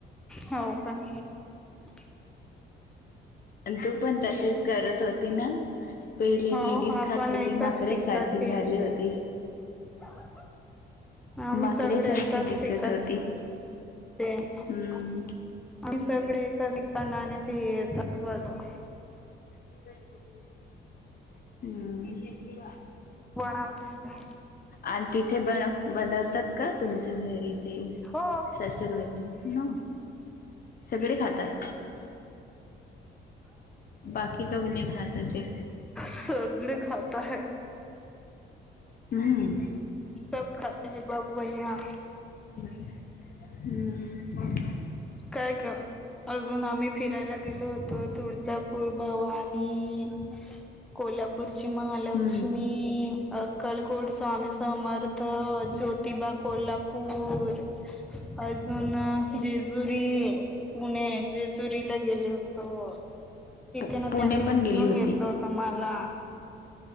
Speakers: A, in the centre; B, on the left.
A: हो का <unintelligible>
B: अन् तू पण तसेच करत होत. तिन पहिले
A: हो
B: मॅगीच
A: आपण
B: खात होती.
A: एकाच
B: माकड्या
A: शिक्काचे
B: साडखी झाली होती.
A: <unintelligible> आम्ही
B: माकड्या
A: सगडे
B: सारखी
A: एकाच
B: दिसत
A: शिकाच
B: होती.
A: ते आम्ही
B: हम्म
A: सगळे एक शिक्का नाण्याच्या <unintelligible> बाजू
B: <unintelligible> हुं <unintelligible>
A: बणवतांना
B: आण तिथे बनव बनवतात का तुमच घरी ते
A: हो
B: सासर वैद्य ना सगडे खातात बाकी कबून नाय खात तसे
A: सगळेे खात आहेत.
B: हम्म
A: सब खाते है बाबु भैया
B: हुं
A: काय ग अजून आम्ही फिरायला गेलो होतो. तुडजा कुळभवानी कोल्हापूर ची महालक्ष्मी
B: हम्म
A: अक्कलकोट स्वामी समर्थ त ज्योतबा कोल्हापूर अजून जेजू री पुणे जेजूरीला गेले होतो. तिथे
B: पु
A: ना
B: पुणे
A: त्यांनी
B: पण
A: उचलून
B: गेली होती.
A: घेतलं होत मला.